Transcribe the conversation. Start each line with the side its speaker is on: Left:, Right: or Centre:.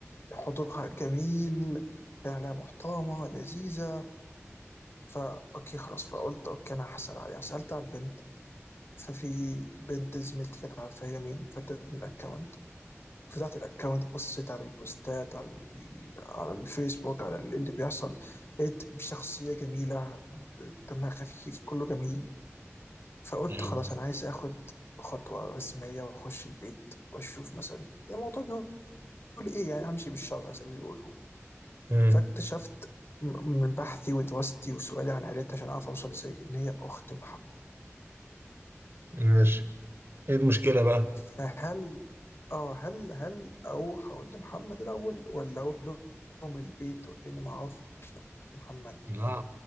Left: حضورها جميل فعلا محترمه لذيذه فا اوكي خلاص فقلت اوكي انا هسال عليها سالت على البنت ففي بنت زميلتي كانت عارفة هي مين فادتني الاكونت فتحت الاكونت بصيت على البوستات على ال- على الفيسبوك على ال- اللي بيحصل لقيت شخصية جميلة ب- دمها خفيف كله جميل فقلت
Right: حلو
Left: خلاص أنا عايز آخد خطوة رسمية وأخش البيت وأشوف مثلا الموضوع بيقول إيه يعني همشي بالشرع زي ما بيقولوا
Right: امم
Left: فاكتشفت م- من بحثي ودراستي وسؤالي عن عيلتها عشان أعرف أوصل إزاي إن هي أخت محمد
Right: ماشي ايه المشكلة بقى؟
Left: فهل اه هل هل اروح اقول لمحمد الاول ولا اروح لهم البيت وكاني ما اعرفش محمد
Right: لا